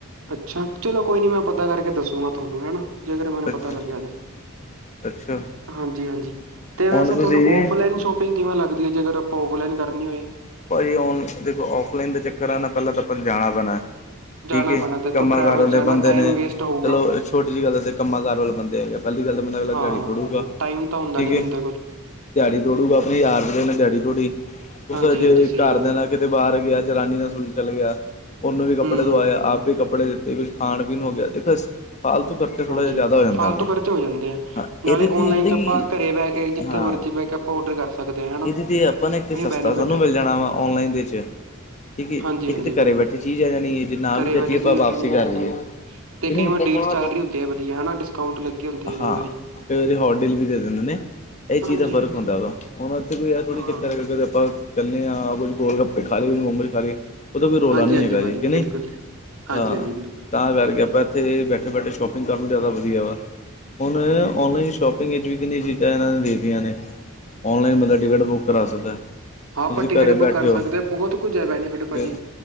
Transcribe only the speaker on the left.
ਅੱਛਾ,
ਅੱਛਾ
ਹੁਣ ਤੁਸੀਂ
ਭਾਜੀ ਔਨ, ਦੇਖੋ ਔਫਲਾਈਨ ਦੇ ਚੱਕਰ ਆ ਨਾ ਪੈਲਾਂ ਤਾਂ, ਆਪਾਂ ਨੁੰ ਜਾਣਾ ਪੈਣਾ।
ਠੀਕ ਏ,
ਕੰਮਾਂ
ਕਾਰ ਵਾਲੇ
ਬੰਦੇ
ਨੇ,
ਚਲੋ ਛੋਟੀ ਜੀ ਗੱਲ ਤੇ ਕੰਮਾਂ ਕਾਰ ਆਲੇ ਬੰਦੇ ਹੈਗੇ। ਪੈਲੀ ਗੱਲ ਤਾਂ ਬੰਦਾ ਅਗਲਾ
ਦਿਆੜੀ ਤੌੜੂਗਾ,
ਠੀਕ
ਏ।
ਦਿਆੜੀ ਤੋੜੂਗਾ ਆਪਣੀ, ਯਾਰ ਰਪਏ ਦੀ ਹੈਓਨੇ ਦਿਆੜੀ ਤੋੜੀ।
ਹਜੇ
ਓਈ
ਘਰਦਿਆਂ
ਨਾਲ ਕਿਤੇ ਬਾਰ ਗਿਆ, ਜਨਾਨੀ ਨਾਲ ਸੂਲ ਚੱਲ ਗਿਆ। ਓਨੂੰ ਵੀ ਕੱਪੜੇ
ਦਵਾਏ ਆ, ਆਪ ਵੀ ਕੱਪੜੇ ਲਿੱਤੇ, ਕੁਝ ਖਾਣ ਪੀਣ ਹੋ ਗਿਆ, ਦੇਖੋ ਏਸ ਫਾਲਤੂ ਖਰਚ ਤੇ ਥੋੜਾ
ਜਿਆ ਜ਼ਾਦਾ ਹੋ ਜਾਂਦਾ
ਵਾ,
ਆ
ਏਦੇ ਤੇ
ਜੀ ਪਤਾ
ਕੀ
ਹਾਂ।
ਏਦੇ ਤੇ ਆਪਾਂ ਨਾ ਇੱਕ,
ਸਸਤਾ
ਸਾਨੂੰ
ਮਿਲ ਜਾਣਾ ਵਾ ਔਨਲਾਈਨ ਦੇ 'ਚ। ਠੀਕ ਏ,
ਇੱਕ
ਤੇ
ਘਰੇ ਬੈਠੇ ਚੀਜ਼ ਆ ਜਾਣੀ ਐ ਜੇ ਨਾ
ਵੀ
ਜੱਚੀ ਆਪਾਂ
ਵਾਪਸੀ
ਕਰ
ਦੇਨੀ
ਵੀਰੇ
ਕਿਥੋ
ਆ
ਹਾਂ,
ਕਈ ਵਾਰੀ ਹੋਟ ਡਿਲਿਵਰੀ ਦੇ ਦਿੰਦੇ ਨੇ ਇਹ ਚੀਜ਼
ਦਾ ਫਰਕ ਹੁੰਦਾ ਵਾ, ਹੁਣ ਉੱਥੇ ਕੋਈ ਇਹ ਥੋੜੀ
ਚੈਕ ਕਹੈਗਾ ਕਿ ਆਪਾਂ ਆਂ ਕੁਛ ਗੋਲ ਗੱਪੇ ਖਾ ਲਏ, ਕੁਛ ਮੋਮੌਂਜ ਖਾ ਲਏ। ਉਹਦਾ ਕੋਈ ਰੌਲਾ
ਨਹੀਂ ਹੈਗਾ
ਜੀ, ਕਿ ਨਹੀਂ,
ਹਾਂ
ਤਾਂ ਕਰਕੇ ਆਪਾਂ ਤੇ ਬੈਠੇ, ਬੈਠੇ ਸ਼ੋਪਿੰਗ ਕਰਲੋਂ, ਜ਼ਿਆਦਾ ਵਧੀਆ ਵਾ, ਹੁਣ
ਔਨਲਾਈਨ ਸ਼ੋਪਿੰਗ ਵਿੱਚ ਵੀ ਕਿੰਨੀਂ ਚੀਜ਼ਾਂ ਇਹਨਾਂ ਨੇ ਦੇਤੀਆਂ ਨੇ, ਔਨਲਾਈਨ ਬੰਦਾ ਟਿਕਟ ਬੁੱਕ ਕਰਾ ਸਕਦਾ। ਹੁਣ
ਤੁਸੀਂ
ਘਰੇ
ਬੈਠੇ
ਹੋ
ਫਿਰ